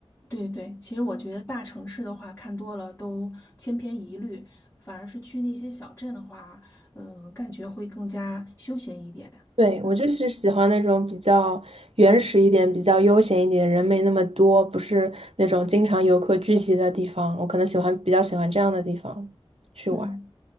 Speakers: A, on the left (about 20°); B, on the right (about 75°).
A: 对对，其实我觉得大城市的话看多了都千篇一律，反而是去那些小镇的话，呃，感觉会更加休闲一点。
B: 对，
A: 嗯
B: 我就是喜欢那种比较原始一点、比较悠闲一点、人没那么多，不是那种经常游客聚集的地方。我可能喜欢比较喜欢这样的地方去玩。
A: 嗯，